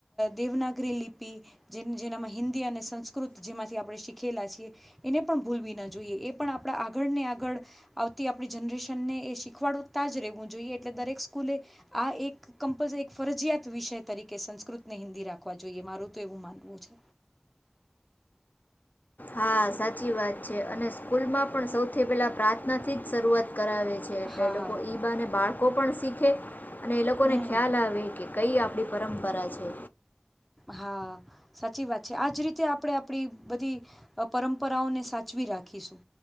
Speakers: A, in the centre; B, on the left (about 45°).
A: દેવનાગરી લિપિ જે જેનામાં હિન્દી અને સંસ્કૃત જેમાંથી આપણે શીખેલા છીએ એને પણ ભૂલવી ના જોઈએ એ પણ આપણા આગળને આગળ આવતી આપણી જનરેશનને એ શીખવાડ <unintelligible> રેવું જોઈએ એટલે દરેક સ્કૂલે આ એક કમપલરી ફરજીયાત વિષય તરીકે સંસ્કૃતને હિન્દી રાખવા જોઈએ મારું તો એવું માનવું છે.
B: હા સાચી વાત છે અને સ્કૂલમાં પણ સૌથી પેલા પ્રાર્થના થી જ શરૂઆત કરાવે છે એટલે
A: હા,
B: એ લોકો ઈબા અને બાળ કો પણ શીખે અને એ લોકોને
A: હમ,
B: ખ્યાલ આવે કે કઈ આપણી પરંપરા છે.
A: હા સાચી વાત છે આજ રીતે આપણે આપણી બધી પરંપરાઓને સાચવી રાખીશું